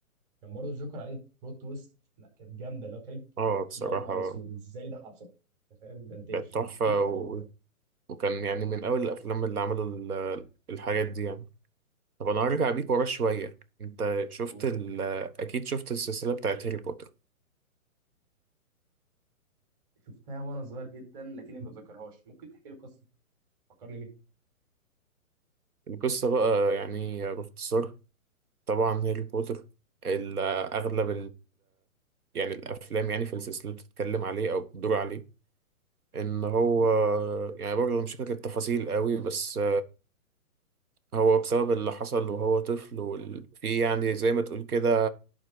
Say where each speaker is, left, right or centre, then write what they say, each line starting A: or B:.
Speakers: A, on the right (about 35°); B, on the right (about 85°).
A: كان برضه الجوكر عليه بلوت تويست لا كانت جامده اللي هو تخليك
B: اه بصراحة
A: يا نهار اسود ازاي ده حصل انت فاهم ده انت يخرب
B: كانت تحفة
A: بيتك
B: و...
A: يا جوكر
B: وكان يعني من اول الافلام اللي عملوا ال- الحاجات دي يعني طب انا هرجع بيك ورا شوية انت شفت
A: قول.
B: ال... اكيد شفت السلسلة بتاعت هاري بوتر
A: شفتها وانا صغير جدا لكني ما بتذكرهاش ممكن تحكي لي القصه فكرني بيها
B: القصة بقى يعني باختصار طبعا هاري بوتر ال- اغلب يعني الافلام يعني في السلسله بتتكلم عليه او بتدور عليه ان هو
A: مم.
B: يعني برضه مش فاكر التفاصيل قوي بس هو بسبب اللي حصل وهو طفل وفي يعني زي ما تقول كده